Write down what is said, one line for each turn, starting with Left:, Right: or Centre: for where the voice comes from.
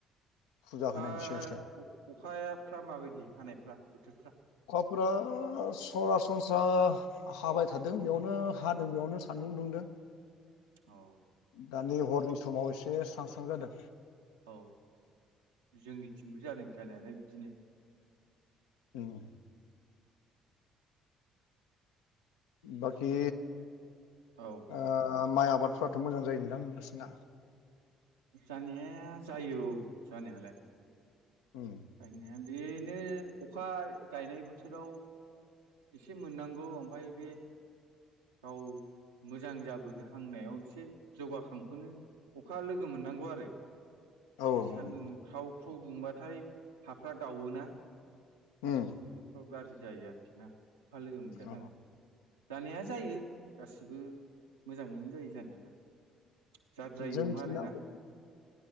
Left: फुजा
Right: अखा
Left: होनायनि सिगां सिगां
Right: अ-अखायाफ्रा माबायदि हानायफ्रा बोथोरफ्रा?
Left: फ्रा सरासनस्रा हाबाय थादों बेयावनो हा बेयावनो सान्दुं दुंदों
Right: औ
Left: दा नै हर फुंनि समाव एसे स्रां स्रां जादों।
Right: औ जोंनिथिंबो जादों जानायालाय बिदिनो
Left: ओम। बाखि
Right: औ
Left: आ आ माइ आबादफ्राथ' मोजां जायोनदां नोंसिना?
Right: जानाया जायो औ जानायालाय
Left: उम।
Right: गायनाया बेनो अखा गायनाय बोथोराव एसे मोननांगौ ओमफ्राय बे गाव मोजां जाबोनो हांनायाव एसे जौगाखांबोनो अखा लोगो मोननांगौ आरो।
Left: औ
Right: बे सानदुं ख्राव ख्राव दुंबाथाय हाफ्रा गावोना ।
Left: उम
Right: बेफोरफ्राव गाज्रि जायो आरोखि ना। अखा लोगो मोनदेरनांगौ
Left: अ
Right: जानाया जायो गासिबो मोजाङैनो जायो जानायालाय जाद्रायै
Left: जोंथिंनाबो
Right: नङा आरोना